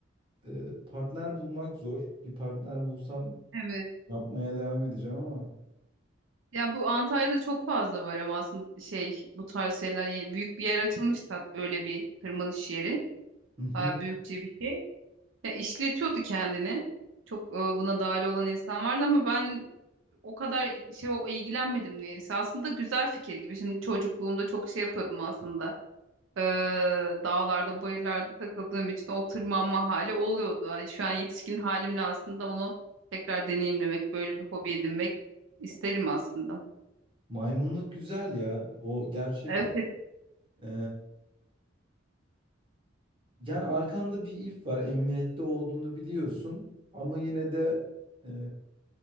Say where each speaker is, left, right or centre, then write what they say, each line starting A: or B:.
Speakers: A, on the right; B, on the right.
A: e, partner bulmak zor. Bir partner bulsam
B: Evet.
A: yapmaya devam edeceğim ama.
B: Ya bu Antalya'da çok fazla var ama aslında şey bu tarz şeyler yani büyük bir yer açılmış da öyle bir tırmanış yeri.
A: Hı
B: Bayağı
A: hı.
B: büyükçe bir şey. Ya işletiyordu kendini. Çok e, buna dahil olan insan vardı ama ben o kadar şey o ilgilenmedim niyeyse. Aslında güzel fikir gibi. Şimdi çocukluğumda çok şey yapıyordum aslında. e, dağlarda, bayırlarda takıldığım için o tırmanma hali oluyordu. Ay, şu an yetişkin halimle aslında onu tekrar deneyimlemek, böyle bir hobi edinmek isterim aslında.
A: Maymunluk güzel ya. O gerçekten.
B: Evet.
A: e, yani arkanda bir if var. Emniyette olduğunu biliyorsun. Ama yine de e,